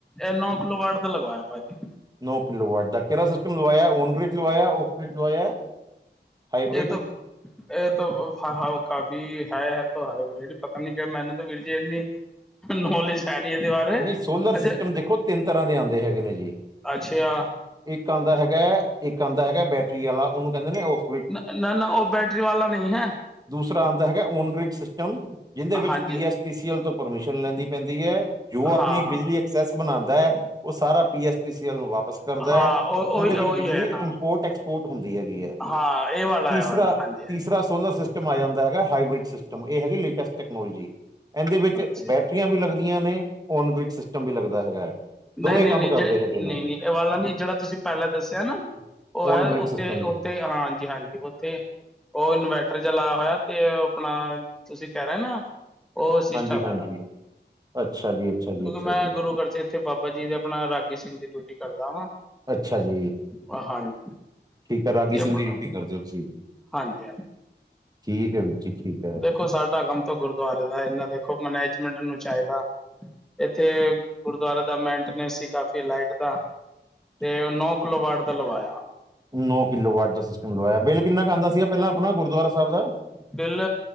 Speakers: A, in the centre; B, on the right.
A: ਇਹ ਨੌ ਕਿਲੋ ਵਾਟ ਦਾ ਲਗਵਾਇਆ ਭਾਜੀ।
B: ਨੋ ਕਿਲੋ ਵਾਟ ਦਾ ਕਿਹਰਾ ਸਿਸਟਮ ਲਵਾਇਆ ਓਨਗ੍ਰੀਡ ਲਵਾਇਆ, ਔਫਗ੍ਰੀਡ ਲਵਾਇਆ? ਹਾਈਬ੍ਰਿਡ
A: ਇਹ ਤੋ, ਇਹ ਤੋ ਹਾ ਹੈ ਤੋ ਕਾਫੀ ਹੈ <unintelligible> ਰਿਡ, ਪਤਾ ਨੀ ਕਿ ਮੈਨੂੰ ਤਾਂ ਵੀਰ ਜੀ ਇੰਨੀ, ਨੌਲੇਜ ਹੈ ਨੀ ਇਹਦੇ ਬਾਰੇ।
B: ਨਈ ਸੋਲਰ
A: ਅੱਛਾ
B: ਸਿਸਟਮ ਦੇਖੋ ਤਿੰਨ ਤਰ੍ਹਾਂ ਦੇ ਆਂਦੇ ਹੈਗੇ ਨੇ ਜੀ।
A: ਅੱਛਿਆ।
B: ਇੱਕ ਆਦਾ ਹੈਗਾ ਇੱਕ ਆਦਾ ਹੈਗਾ ਬੈਟਰੀ ਆਲਾ ਉਹਨੂੰ ਕਹਿੰਦੇ ਨੇ ਔਫ
A: ਅ ਨਾ-ਨਾ ਉਹ ਬੈਟਰੀ ਵਾਲਾ ਨਹੀਂ ਹੈ।
B: ਦੂਸਰਾ ਆਂਦਾ ਹੈਗਾ ਓਨਗ੍ਰਿਡ ਸਿਸਟਮ ਜਿਹਦੇ ਵਿੱਚ
A: ਹਾਂਜੀ
B: P S P C L ਤੋਂ ਪਰਮਿਸ਼ਨ ਲੈਣੀ ਪੈਂਦੀ ਆ। ਜੋ ਆਪਣੀ
A: ਹਾਂ ਹਾਂ
B: ਬਿਜਲੀ ਐਕਸੈਸ ਬਣਾ ਦਾ ਹੈ, ਉਹ ਸਾਰ ਪੀ ਐਸ ਪੀ ਸੀ ਐਲ ਨੂੰ ਵਾਪ ਵਾਪਸ ਕਰਦਾ
A: ਹਾਂ
B: ਹੈ,
A: ਉਹ
B: ਉਹਦੇ
A: ਉਹੀ
B: ਵਿੱਚ
A: ਉਹੀ
B: ਬਿਜਲੀ
A: ਹੈ
B: ਇੰਪੋਰਟ
A: ਹਾਂ
B: ਐਕਸਪੋਰਟ ਇੰਪੋਰਟ ਹੁੰਦੀ ਹੈਗੀ ਆ,
A: ਹਾਂ ਇਹ ਵਾਲਾ
B: ਤੀਸਰਾ,
A: ਇਹ ਵਾਲਾ ਹਾਂਜੀ ਹਾਂਜੀ
B: ਤੀਸਰਾ ਸੋਲਰ ਸਿਸਟਮ ਸਿਸਟਮ ਆ ਜਾਂਦਾ ਹੈਗਾ ਹਾਈਬ੍ਰਿਡ ਸਿਸਟਮ ਇਹ ਹੈਗੀ ਲੇਟੈਸਟ ਟੈਕਨੋਲੋਜੀ, ਇਹਦੇ ਵਿੱਚ
A: ਅੱਛਾ
B: ਬ ਵੀ ਲੱਗਦੀਆਂ ਨੇ ਓਨਗ੍ਰਿਡ ਸਿਸਟਮ ਵੀ ਲੱਗਦਾ ਹੈਗਾ। ਦੋਵੇਂ
A: ਨਹੀਂ-ਨਹੀਂ-ਨਹੀਂ-ਨਹੀਂ-ਨਹੀਂ
B: ਕੰਮ ਕਰਦੇ ਹੈਗੇ ਨੇ
A: ਇਹ ਵਾਲਾ ਨੀ ਜਿਹੜਾ ਤੁਸੀਂ ਪਹਿਲਾਂ ਦੱਸਿਆ ਨਾ ਉਹ
B: ਓਨ
A: ਹੈ
B: ਗ੍ਰਿਡ
A: ਉੱਥੇ
B: ਸਿਸਟਮ
A: ਤੇ ਹਾਂਜੀ-ਹਾਂਜੀ ਉੱਥੇ ਉਹ ਇਨਵੈਰਟਰ ਜਾ ਲਾਇਆ ਹੋਇਆ ਤੇ ਆਪਣਾ ਤੁਸੀਂ ਕਹਿਣਾ ਨਾ ਉਹ ਸਿਸਟਮ
B: ਹਾਂਜੀ-ਹਾਂਜੀ, ਅੱਛਾ ਜੀ। ਅੱਛਾ ਜੀ
A: ਓਦੋ
B: ਅੱਛਾ
A: ਮੈਂ
B: ਜੀ
A: ਗੁਰੂਘਰ ਚ ਇੱਥੇ ਬਾਬਾ ਜੀ ਦੇ ਆਪਣਾ ਰਾਗੀ ਸਿੰਘ ਦੀ ਡਿਊਟੀ ਕਰਦਾ ਹਾਂ।
B: ਅੱਛਾ ਜੀ।
A: ਓ ਆ ਹਾਂਜੀ।
B: ਠੀਕ ਆ। ਰਾਗੀ
A: ਤੇ ਆਪਣਾ
B: ਸਿੰਘ ਦੀ ਡਿਊਟੀ ਕਰਦੇ ਓ ਤੁਸੀਂ।
A: ਹਾਂਜੀ ਹਾਂਜੀ
B: ਠੀਕ ਐ ਵੀਰ ਜੀ, ਠੀਕ ਐ।
A: ਦੇਖੋ, ਸਾਡਾ ਕੰਮ ਤੋਂ ਗੁਰਦੁਆਰੇ ਦਾ। ਇਹ ਨਾਂ ਦੇਖੋ ਮੈਨੇਜਮੈਂਟ ਨੂੰ ਚਾਹੀਦਾ ਇੱਥੇ ਗੁਰਦੁਆਰਾ ਦਾ ਮੇਨਟੇਨੈਂਸ ਸੀ, ਕਾਫੀ ਲਾਈਟ ਦਾ ਤੇ ਉਹ ਨੌ ਕਿਲੋ-ਵਾਟ ਦਾ ਲਵਾਇਆ।
B: ਨੌ ਕਿਲੋ ਵਾਟ ਦਾ ਸਿਸਟਮ ਲਵਾਇਆ। ਬਿੱਲ ਕਿੰਨਾ ਕਾ ਆਂਦਾ ਸੀਗਾ, ਪਹਿਲਾਂ ਆਪਣਾ ਗੁਰਦੁਆਰਾ ਸਾਹਬ ਦਾ।
A: ਬਿੱਲ